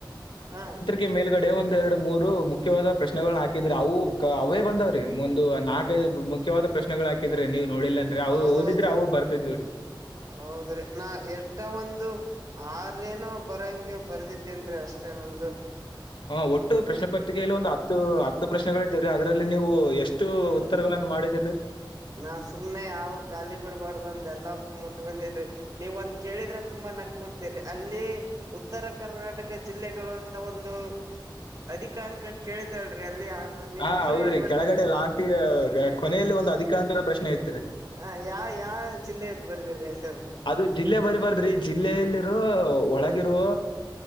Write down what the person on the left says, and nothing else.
ಗೆ ಮೇಲ್ಗಡೆ ಒಂದ್ ಎರಡು ಮೂರು ಮುಖ್ಯವಾದ ಪ್ರಶ್ನೆಗಳ್ನ ಹಾಕಿದ್ರೆ ಅವು ಕ ಅವೇ ಬಂದಾವ್ರೀ ಒಂದು ನಾಕ್ ಕೈದ್ ಮುಖ್ಯವಾದ ಪ್ರಶ್ನೆಗಳ್ ಹಾಕಿದ್ರಿ ನೀವ್ ನೋಡಿಲ್ಲ ಅನ್ರೀ ಅವು
ಓದಿದ್ರೆ ಅವು ಬರ್ತಿದ್ವಿ ರೀ
ಹಾ ಒಟ್ಟು ಪ್ರಶ್ನೆ ಪತ್ರಿಕೆಯಲ್ಲಿ ಒಂದು ಹತ್ತು ಹತ್ತು ಪ್ರಶ್ನೆ ಗಳಿದ್ವು ರೀ ಅದ್ರಲ್ಲಿ ನೀವು ಎಷ್ಟು
ಉತ್ತರಗಳನ್ನು ಮಾಡಿದೀರಿ
ಹಾ
ಹೌದ್ರಿ
ಕೆಳಗಡೆ ಲಾಸ್ಟಿಗೆ ರಾ ಕೊನೆಯಲ್ಲಿ ಒಂದು ಅಧಿಕಾಂಕ ಪ್ರಶ್ನೆ ಇತ್ತ ರೀ
ಅದು ಜಿಲ್ಲೆ ಬರಿಬಾರ್ದ್ರಿ ಜಿಲ್ಲೆಯಲ್ಲಿರೋ ಒಳಗಿರುವ